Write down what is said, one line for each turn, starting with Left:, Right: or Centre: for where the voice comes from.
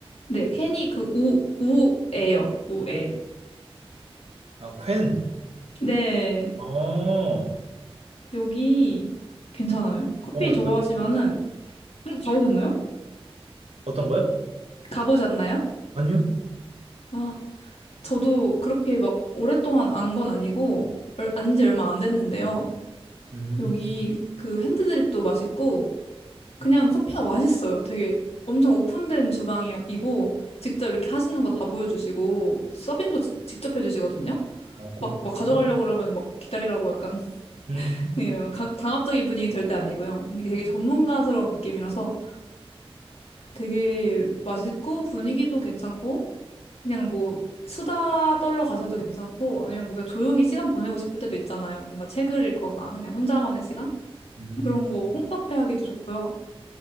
Left: 네, 켄이 그 우, 우에요. 우에.
Right: 아, 퀸.
Left: 네,
Right: 어, 어,
Left: 여기 괜찮아요. 커피
Right: 여기
Left: 좋아하시면은, 응, 가보셨나요?
Right: 어떤거요
Left: 가보셨나요?
Right: 아니요.
Left: 아, 저도 그렇게 막 오랫동안 안 건 아니고, 안 지 얼마 안 됐는데요.
Right: 음,
Left: 여기 그 핸드드립도 맛있고, 그냥 커피가 맛있어요. 되게 엄청 오픈된 주방이고, 직접 이렇게 하시는 거 다 보여주시고, 서빙도 지- 직접 해주시거든요?
Right: 어, 그렇구나.
Left: 막, 막 가져가려고 그러면 막 기다리라고 약간,
Right: 음,
Left: <laughs> 예, 강, 강압적인 분위기는 절대 아니고요. 이게 되게 전문가스러운 느낌이라서 되게 맛있고, 분위기도 괜찮고, 그냥 뭐 수다 떨러 가셔도 괜찮고 아니면 뭐 그냥 조용히 시간 보내고 싶을 때도 있잖아요. 뭔가 책을 읽거나 그냥 혼자만의 시간?
Right: 음,
Left: 그런 거 홈카페 하기도 좋고요.